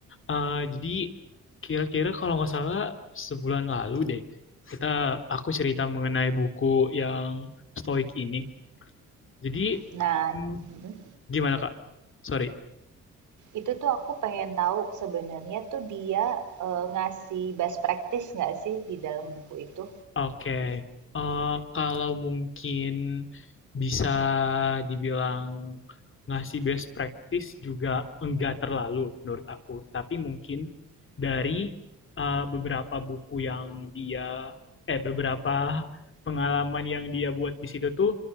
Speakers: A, on the left; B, on the right.
A: Eh, jadi kira-kira kalau nggak salah sebulan lalu deh, kita aku cerita mengenai buku yang Stoik ini. Jadi
B: Nah,
A: hmm,
B: mm-mm.
A: gimana kak? Sorry.
B: Itu tuh aku pengen tahu sebenarnya tuh dia, eee, ngasih best practice nggak sih di dalam buku itu?
A: Oke, Eh, kalau mungkin bisa dibilang ngasih best practice juga enggak terlalu menurut aku, tapi mungkin dari eh, beberapa buku yang dia, eh beberapa pengalaman yang dia buat di situ tuh,